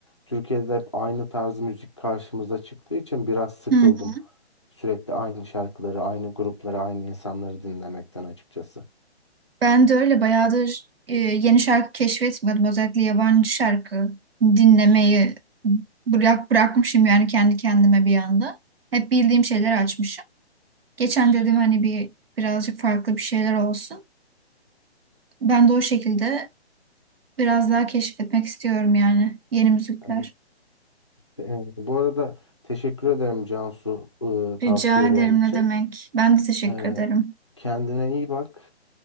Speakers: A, on the left; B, on the right.
A: Türkiye'de hep aynı tarz müzik karşımıza çıktığı için biraz sıkıldım.
B: Hı hı.
A: Sürekli aynı şarkıları, aynı grupları, aynı insanları dinlemekten açıkçası.
B: Ben de öyle bayağıdır e, yeni şarkı keşfetmiyordum. Özellikle yabancı şarkı dinlemeyi bırak, bırakmışım yani kendi kendime bir anda. Hep bildiğim şeyler açmışım. Geçen dedim hani bir birazcık farklı bir şeyler olsun. Ben de o şekilde biraz daha keşfetmek istiyorum yani yeni müzikler.
A: Evet. E, bu arada teşekkür ederim Cansu e, tavsiyelerin
B: Rica ederim
A: için.
B: ne demek. Ben de teşekkür
A: Ee,
B: ederim.
A: kendine iyi bak.